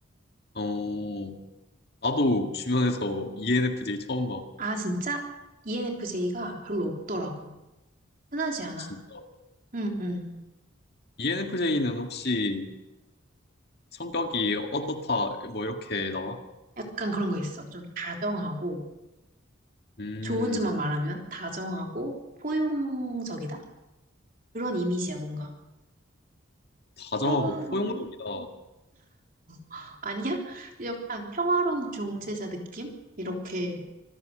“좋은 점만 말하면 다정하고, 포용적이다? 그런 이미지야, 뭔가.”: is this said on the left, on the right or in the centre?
Right